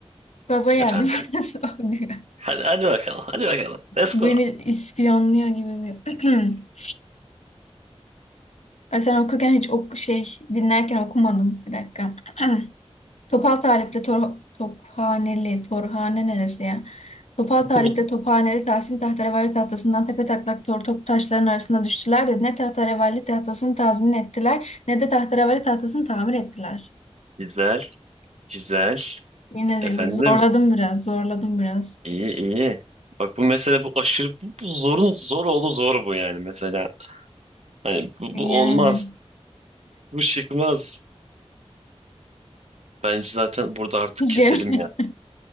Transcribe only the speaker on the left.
Gaza geldim.
<laughs> Nasıl oluyor?
Beni
ispiyonluyor gibi mi? <clears throat> Ay, Sen okurken hiç ok şey dinlerken okumadım. Bir dakika. <clears throat> Topal Talip'le Tor Tophaneli, Torhane neresi ya? Topal
Talip'le Tophaneli Tahsin Tahterevalli tahtasından tepe taklak tor top taşların arasında düştüler de ne Tahterevalli tahtasını tazmin ettiler ne de Tahterevalli tahtasını tamir ettiler.
Yine
de zorladım biraz, zorladım biraz.
Yani.
<laughs> Jen-